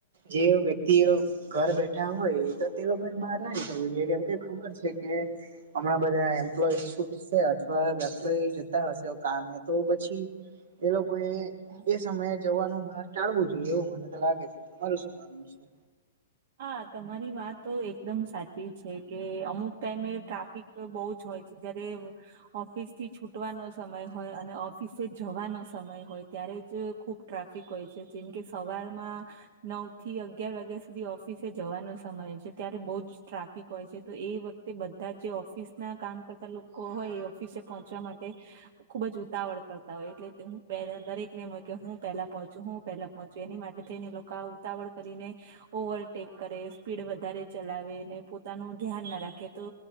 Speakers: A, on the right; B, on the right.
A: જે વ્યક્તિઓ ઘર બેઠા હોય, તો તે લોકોને બહાર ના નીકળવું જોઈએ કેમ કે ખબર છે. કે હમણાં બધા એમ્પ્લોઈ છૂટશે, અથવા એમ્પ્લો જતા હશે ઓ કામે તો પછી. એ લોકોએ. એ સમયે જવાનું બહાર ટાળવું જોઈએ એવું મને તો લાગે છે, તમારું શું માનવું છે?
B: હા તમારી વાત તો એકદમ સાચી છે, કે અમુક ટાઈમે ટ્રાફિક. તો બહુજ હોય છે, જયારે ઓફિસ થી છૂટવાનો સમય હોય, અને ઓફ પીસે જવાનો સમય હોય, ત્યારે જ ખૂબ ટ્રાફિક હોય છે, જેમકે સવારમાં નવ થી અગિયાર વાગ્યા સ ધી ઓફિસે જવાનો સમય છે, ત્યારે બહુ જ ટ્રાફિક હોય છે, તો એ વખતે બધા જે ઓફિસ ના કામ કરતા લોકો હોય, એ ઓફિસે પહોંચવા માટે ખુબ જ ઉતાવળ કરતા હોય, એટલે હુ પેરેન દરેક ને મે કે હું પેલા પહોંચું, હું પેલા પહોંચ, એની માટે થઈને લોકો આ ઉતાવળ કરીને. ઓવલટેક કરે, સ્પીડ વધારે ચલાવે, ને પોતાનું ધ્યાન ના રાખે તો